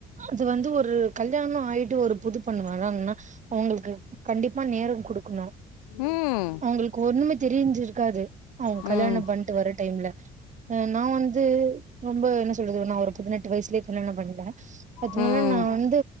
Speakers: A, on the right; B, on the left.
A: அது வந்து ஒரு கல்யாண்லா ஆயிட்டு ஒரு புது பொண்ணு வராங்ன்னா அவங்கள்க்கு கண்டிப்பா நேரம் குடுக்கனு
B: ம்
A: அவங்களுக்கு ஒண்ணுமே தெரிஞ்சிருக்காது அவங்க கல்யாணம்
B: ம்
A: பண்ட்டு வர்ற டைம்ல ஏன்னா வந்து ரொம்ப என்ன சொல்றது நா ஒரு பதினெட்டு வய்சுலே கல்யாணம் பண்ணின அதனால
B: ம்
A: நா வந்து